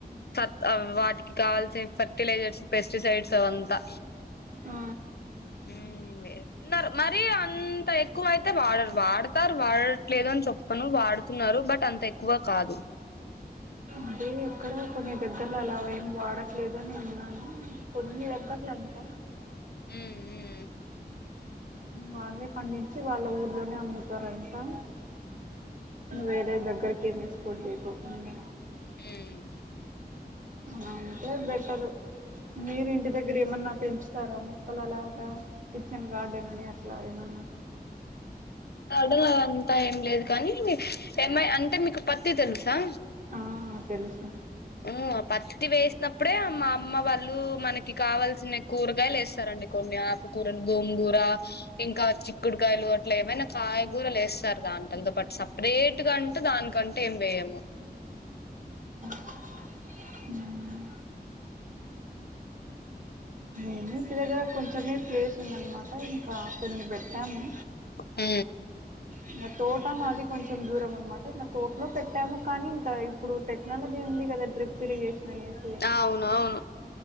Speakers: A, on the left; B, on the right.
A: ఫట్ వాటికి కావాల్సిన ఫర్టిలైజర్స్ పెస్టిసైడ్స్ అవంతా
B: ఆ
A: హ్మ్ వేస్తున్నారు మరి అంతా ఎక్కువ అయితే వాడరు వాడతారు వాడట్లేదు అని చొప్పను వాడుతున్నారు బట్ అంత ఎక్కువ కాదు
B: అదే ఎక్కడ కొన్ని దగ్గర్ల అలా ఏం వాడట్లేదని విన్నాను. కొన్ని దగ్గర్లలంట
A: మ్మ్ హ్మ్
B: వాళ్ళే పండించి వాళ్ళ ఊర్లోనే అమ్ముతారంటా వేరే దగ్గరి ఏమి <unintelligible> రేపు ఉంది
A: హ్మ్
B: అలా అంటే బెటరు మీరు ఇంటి దగ్గర ఏమన్న పెంచుతారా మక్కలు అలాగా కిచెన్ గార్డెన్ అని అట్లా ఏమన్న
A: <unintelligible> అంతా ఏం లేదు కానీ ఏమీ అంటే మీకు పత్తి తెలుసా.
B: ఆహ్ తెల్సు
A: మ్మ్ పత్తి వేసినప్పుడే మా అమ్మ వాళ్ ళు మనకి కావాల్సిన కూరగాయలు యేస్తారండి కొన్ని ఆకుకూరలు గోంగూర ఇంకా చిక్కుడుగాయలు అట్లా ఏవైన కాయగూరలెస్ టరు దానికంటే బట్ సప్రేట్ గా అంటూ దానికంటే ఏం వేయము
B: మ్మ్ నేను ఇంటి దగ్గర కొంచెమే ప్లేస్ ఉందన్మాట ఇంకా కొన్ని బెట్నాము
A: హ్మ్
B: ఇంగ తోట మాది కొంచెం దూరం అన్మాట ఇంకా తోట్లో పెట్టాము, కానీ ఇంకా ఇప్పుడు టెక్నాలజీ ఉంది కదా డ్రిప్ ఇరిగేష్. దాన్ని ఏసి
A: అవునవును